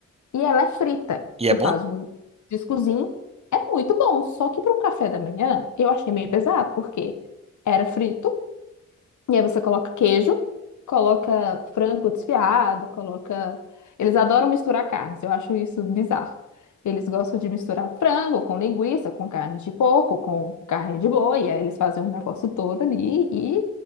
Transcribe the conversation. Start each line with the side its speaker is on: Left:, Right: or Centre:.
Left: e ela é frita.
Right: E
Left: Você
Right: é bom?
Left: faz um discozinho, é muito bom, só que para um café da manhã eu achei meio pesado, porque era frito e aí você coloca queijo, coloca frango desfiado, coloca. Eles adoram misturar carnes, eu acho isso bizarro. Eles gostam de misturar frango com linguiça, com carne de porco, com carne de boi, e aí eles fazem um negócio todo ali e